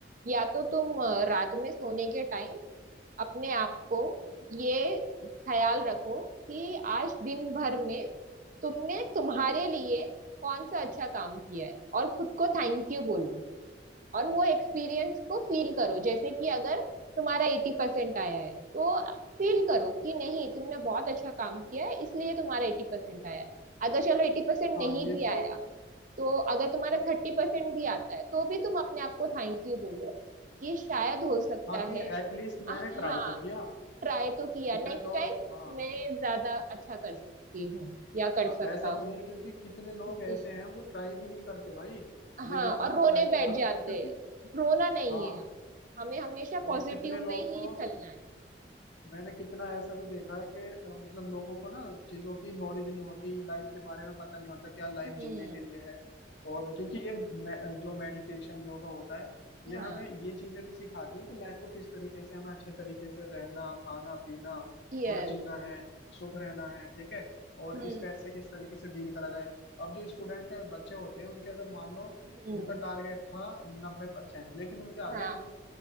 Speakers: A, on the right; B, on the left.
A: या तो तुम अ, रात में सोने के टाइम अपने आप को ये ख्याल रखो कि आज दिन भर में तुमने तुम्हारे लिए कौन सा अच्छा काम किया है और खुद को थैंक यू बोलो और वो एक्सपीरियंस को फील करो जैसे कि अगर तुम्हारा एटी परसेंट आया है तो फील करो कि नहीं तुमने बहुत अच्छा काम किया है इसलिए तुम्हारा एटी परसेंट आया है अगर चलो एटी परसेंट
B: हाँ
A: नहीं
B: ये
A: भी
B: तो
A: आया तो अगर तुम्हारा थर्टी परसेंट भी आता है तो भी तुम अपने आप को थैंक यू बोलो कि शायद हो सकता
B: हाँ कि
A: है
B: एटलीस्ट
A: हाँ
B: मैंने ट्राई तो किया
A: ट्राई तो किया
B: कितने
A: नेक्स्ट
B: लोग
A: टाइम
B: हाँ
A: मैं ज्यादा अच्छा कर सकती हूँ या कर
B: हाँ
A: सकता
B: ऐसा
A: हूँ
B: तो नहीं है क्योंकि कितने लोग ऐसे
A: जी
B: हैं वो ट्राई भी नहीं करते भाई
A: हाँ
B: ये देखो
A: और
B: ना हम
A: रोने
B: ट्राई
A: बैठ
B: तो करते
A: जाते
B: हैं क्योंकि
A: हैं। रोना नहीं
B: हाँ
A: है हमें हमेशा पॉजिटिव
B: और कितने लोग
A: में ही
B: तो
A: चलना है
B: मैंने कितना ऐसा भी देखा है कि अ, मतलब लोगों को ना चीजों की नॉलेज नहीं होती लाइफ के बारे में पता नहीं होता क्या लाइफ
A: हम्म
B: जीने के लिए है और क्योंकि ये मे, जो मेडिटेशन योगा होता है ये
A: हाँ
B: हमें ये चीजें भी सिखाती है कि लाइफ को किस तरीके से हमें अच्छे तरीके से रहना खाना पीना
A: यस
B: और जीना है सुख रहना है ठीक है और
A: हम्म
B: स्ट्रेस से किस तरीके से डील करा जाए अब जो स्टूडेंट है बच्चे होते हैं उनके अगर मान लो
A: हम्म
B: उनका टारगेट था नब्बे परसेंट लेकिन उनके आगे
A: हाँ